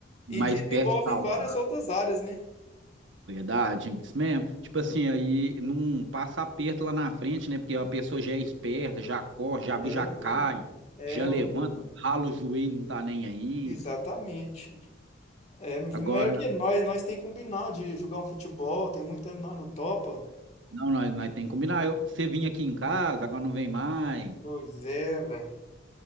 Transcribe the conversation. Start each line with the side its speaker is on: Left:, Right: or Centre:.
Right: mais
Left: e desenvolve
Right: perto saudável,
Left: em várias outras áreas, né?
Right: verdade, é isso mesmo. Tipo assim, aí não passa aperto lá na frente, né? Porque a pessoa já é esperta, já corre, já,
Left: É,
Right: já cai,
Left: é,
Right: já levanta, rala o joelho, não tá nem aí.
Left: exatamente. É, meu filho,
Right: Agora,
Left: mas é que nós, nós tem que combinar de jogar um futebol, tem muito tempo nós no topa.
Right: não, nós, nós tem que combinar. Eu- Você vinha aqui em casa, agora não vem mais.
Left: Pois é, velho.